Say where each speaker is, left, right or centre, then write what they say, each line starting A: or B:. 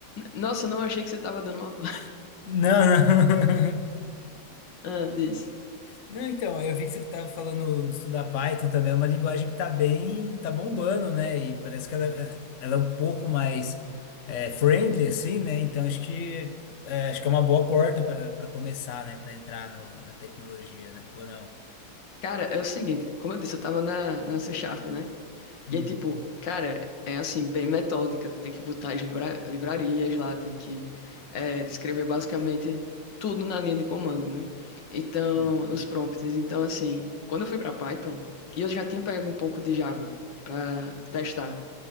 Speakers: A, on the left; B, on the left.
A: Nossa, não achei que você tava dando uma. <laughs>
B: não, não, <laughs>
A: Ah, diz.
B: Não, então, aí eu vi que você estava falando de estudar Python também, é uma linguagem que tá bem, tá bombando, né? E parece que ela, é, ela é um pouco mais é, friendly, assim, né? Então acho que é, acho que é uma boa porta para começar, né? Para entrar no- na tecnologia, né? Ou não?
A: Cara, é o seguinte, como eu disse, eu tava na, na C Sharp, né?
B: Uhum,
A: E aí, tipo, cara, é assim, bem metódica. Tem que botar as livra- livrarias lá, tem que é, descrever basicamente tudo na linha de comando, né? Então,
B: uhum,
A: nos prompts. Então, assim, quando eu fui pra Python, e eu já tinha pego um pouco de Java pra testar,